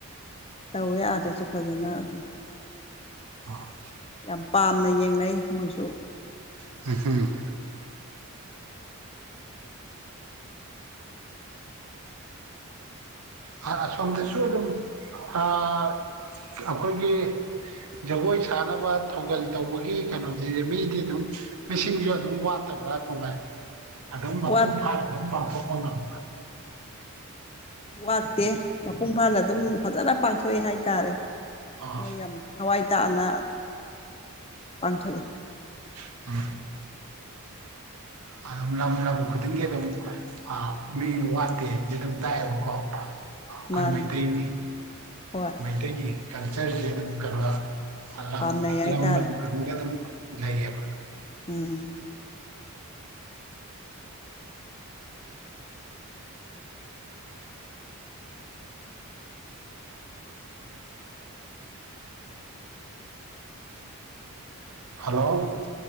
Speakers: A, on the left (about 25°); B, on the right (about 80°).
A: ꯇꯧꯋꯦ ꯑꯥꯗꯁꯨ ꯐꯖꯟꯅ ꯑꯗꯨꯝ
B: ꯑ
A: ꯌꯥꯝ ꯄꯥꯝꯅ ꯌꯦꯡꯅꯩ ꯃꯣꯏꯁꯨ
B: <unintelligible> ꯍꯥ ꯑꯁꯣꯝꯗꯁꯨ ꯗꯨꯝ ꯑꯥ ꯑꯩꯈꯣꯏꯒꯤ ꯖꯒꯣꯏ ꯁꯥꯅꯕ ꯊꯧꯒꯜ ꯇꯧꯕꯒꯤ ꯀꯩꯅꯣꯁꯤꯗꯤ ꯃꯤꯗꯤ ꯑꯗꯨꯝ ꯃꯤꯁꯤꯡꯁꯨ ꯑꯗꯨꯝ ꯋꯥꯠꯇꯕ꯭ꯔꯥ ꯀꯃꯥꯏ ꯑꯗꯨꯝ ꯃꯄꯨꯡ
A: ꯋꯥꯠ
B: ꯐꯥꯅ ꯑꯗꯨꯝ ꯄꯥꯡꯊꯣꯛꯄ ꯉꯝ
A: ꯋꯥꯠꯇꯦ ꯃꯄꯨꯡ ꯐꯥꯅ ꯗꯨꯝ ꯐꯖꯅ ꯄꯥꯡꯊꯣꯛꯑꯦ ꯍꯥꯏꯇꯥꯔꯦ
B: ꯑꯥ
A: ꯃꯣꯏ ꯌꯥꯝ ꯊꯋꯥꯏ ꯇꯥꯅ ꯄꯥꯡꯊꯣꯛꯏ
B: <unintelligible> ꯑ‌ ꯂꯝ ꯂꯝ ꯈꯨꯗꯤꯡꯒꯤ ꯑꯗꯨꯝ ꯑꯥ ꯃꯤ ꯋꯥꯠꯇꯦꯗꯤ ꯑꯗꯨꯝ ꯇꯥꯠꯑꯦꯕꯀꯣ ꯑꯩꯈꯣꯏ
A: ꯃꯥꯅꯦ
B: ꯃꯩꯇꯩꯒꯤ
A: ꯍꯣꯏ
B: ꯃꯩꯇꯩꯒꯤ ꯀꯜꯆꯔꯁꯦ ꯑꯗꯨꯝ ꯀꯔ ꯑ ꯂꯝ
A: ꯄꯥꯝꯅꯩ ꯍꯥꯏꯇꯥꯔꯦ
B: ꯂꯝ ꯈꯨꯗꯤꯡꯒꯤ ꯗꯨꯝ ꯂꯩꯌꯦꯕ
A: ꯎꯝ
B: ꯍꯜꯂꯣ